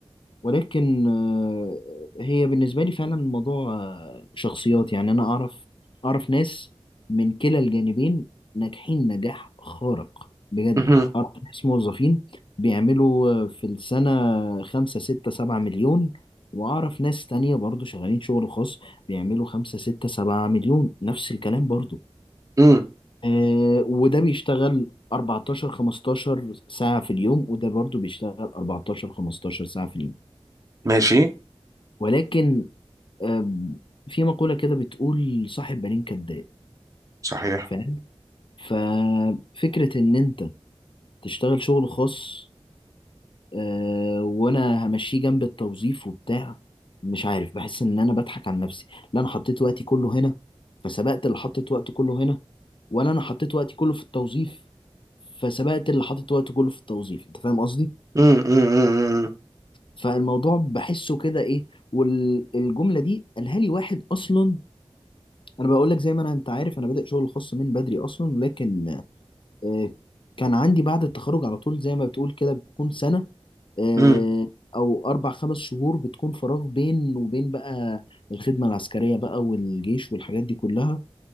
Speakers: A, on the left; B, on the right.
A: ولكن آه، هي بالنسبة لي فعلا الموضوع آه، شخصيات يعني أنا أعرف أعرف ناس من كلا الجانبين ناجحين نجاح خارق بجد
B: مهم.
A: أعرف ناس موظفين بيعملوا آه، في السنة خمسة ستة سبعة مليون وأعرف ناس تانية برضو شغالين شغل خاص بيعملوا خمسة ستة سبعة مليون نفس الكلام برضو
B: مم.
A: آه، وده بيشتغل 14 15 ساعة في اليوم وده برضو بيشتغل 14 15 ساعة في اليوم
B: ماشي
A: ولكن أم، في مقولة كده بتقول صاحب بالين كداب
B: صحيح
A: فاهم ففكرة إن أنت تشتغل شغل خاص أه، وأنا همشيه جنب التوظيف وبتاع مش عارف بحس إن أنا بضحك على نفسي لا أنا حطيت وقتي كله هنا فسبقت اللي حطيت وقته كله هنا ولا أنا حطيت وقتي كله في التوظيف فسبقت اللي حطيت وقته كله في التوظيف أنت فاهم قصدي؟
B: مم. مم. مم. مم.
A: فالموضوع بحسه كده إيه والجملة دي قالها لي واحد أصلا انا بقول لك زي ما انا انت عارف انا بادئ شغل خاص من بدري اصلا لكن آه، كان عندي بعد التخرج على طول زي ما بتقول كده بتكون سنة آه،
B: مم.
A: او اربع خمس شهور بتكون فراغ بين وبين بقى الخدمة العسكرية بقى والجيش والحاجات دي كلها